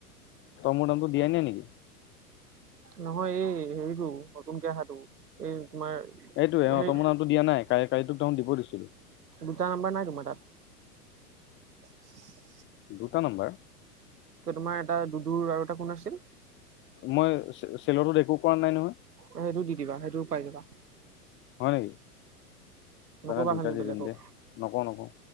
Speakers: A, on the left; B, on the right.
A: তমু তমটো দিয়াই নাই নেকি
B: নহয় এই হেৰিতটো নতুনকহাটো এই তোমাৰ
A: এইটোৱে অঁ
B: হেই
A: তই মোৰ নামটো দিয়া নাই কালি কালি তোক দেখোন দিব দিছিলোঁ
B: দুটা নাম্বাৰ নাই তোমাৰ তাত <unintelligible>
A: দুটা নাম্বাৰ
B: তোমাৰ এটা দুডুৰ আৰু এটা কোন আছিল
A: মই চেলতো একো কৰা নাই নহয়
B: সেইটো দি দিবা সেইটো উপাই দিবা
A: হয় নেকি? তনে
B: নকবা
A: দুটাই
B: খালি
A: দি
B: বেলেগক
A: দিম দে। নকওঁ, নকওঁ।